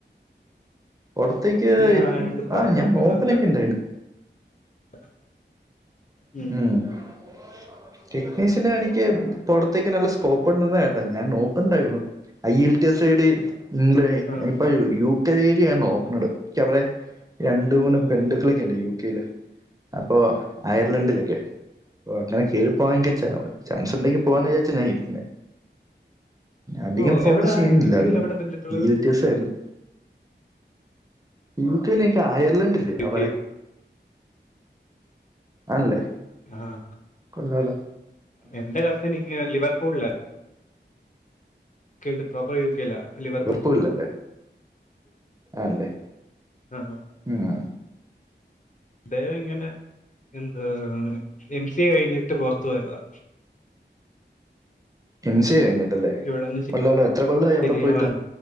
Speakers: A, on the right (about 20°); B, on the left (about 40°).
A: പൊറത്തേയ്ക്ക്
B: എഞ്ചിനീയർ ആയതുകൊണ്ട് പുറത്തൊക്കെ
A: ആഹ് ഞാൻ നോക്കണക്കെ
B: നല്ല
A: ഉണ്ടായ്നു.
B: <unintelligible>
A: മം
B: ഉം, <inaudible>
A: ടെക്നീഷ്യന്റെ പണിക്ക് പൊറത്തേക്ക് നല്ല സ്കോപ്പ്ണ്ടന്ന കേട്ടെ. ഞാൻ നോക്ക്ണ്ടായ്ര്ന്നു. ഐ എൽ ടി സൈഡ്ം ഗ്ലയ്
B: ആ,
A: ഇപ്പൊ യൂകയ്ടി ആ നോക്കണത്. യ്ക്കവിടെ രണ്ട് മൂന്ന് ബന്ധുക്കളൊക്കെയൊണ്ട് യു കെയ്ല് അപ്പോ അയർലാഡിലൊക്കെ. ഓഹ് അങ്ങനെ കേറി പോവാെങ്കി. ചാ ചാൻസ്ണ്ടെങ്കി പോവാന്ന് വിചാരിച്ചാ ഞാൻ ഇര്ക്ക്ന്നേ. അധികം
B: ഓ
A: ഫോക്കസ്
B: എവിടാ
A: ചെയ്യാനില്ലാര്ന്ന്.
B: യു കെയിൽ എവിടെ ബന്ധുക്കള്
A: ഈ എൽ റ്റി എസാര്ന്ന് യൂ കെൽ എനിക്ക് അയർലൻഡല്ലേ
B: യു
A: അവടെ.
B: കെയിൽ
A: ആണല്ലേ.
B: ആഹ്.
A: കൊള്ളാല്ലോ.
B: എന്റെ കസിൻ ഇങ്ങ് ലിവർപൂൾലാ- കേല്ലെ പ്രോപ്പർ യൂകേലാ ലീവർപോ -
A: പൂൾലല്ലേ അല്ലേ
B: ആ ആ.
A: ഉംഹ്
B: ദ്ദേഹിങ്ങനെ എന്താ എം സി എ കഴിഞ്ഞിട്ട് പൊറത്ത് പോയതാ.
A: എം സി എ കഴിഞ്ഞിട്ടല്ലേ
B: ഇവിടെ ഒന്ന്
A: കൊള്ളാല്ലോ എത്ര കൊല്ലായി അവിടെ
B: ശരിയാവാൻ
A: പോയിട്ട്